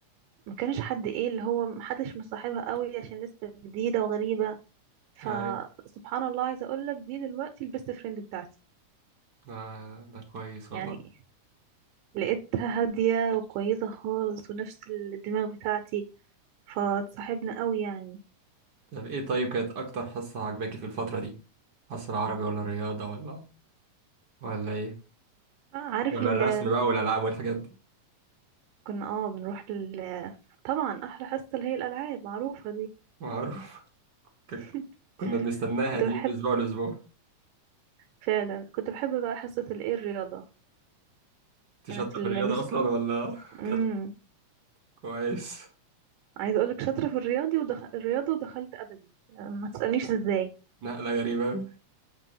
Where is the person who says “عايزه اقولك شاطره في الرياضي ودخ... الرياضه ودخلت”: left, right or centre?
Right